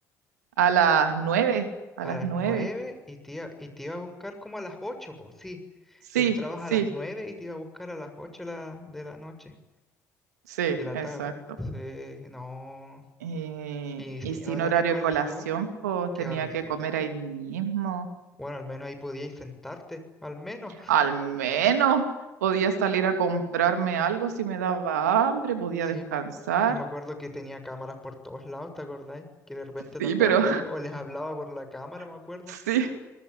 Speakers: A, on the right (about 80°); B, in the centre.
A: A las nueve, a
B: a
A: las
B: las
A: 9.
B: 9 y te iba, y te iba a buscar como a las ocho pues sí.
A: Sí,
B: Entrabas
A: sí,
B: a las 9 y te iba a buscar a las 8 la- de la noche,
A: sí,
B: de la
A: exacto.
B: tarde. Sí, no.
A: Eh,
B: Y sin
A: y sin
B: horario
A: horario
B: de colación,
A: de colación,
B: pues,
A: pues
B: qué
A: tenía
B: horrible.
A: que comer ahí mismo.
B: Bueno, al menos ahí podíais sentarte, al menos.
A: Al menos podía salir a comprarme algo si me daba hambre, podía
B: Sí,
A: descansar.
B: pues. Y me acuerdo que tenía cámaras por todos lados, ¿te acordáis? Que de repente te
A: Sí,
B: andaba
A: pero
B: viendo, o les hablaba por la cámara, me acuerdo.
A: <laughs> sí,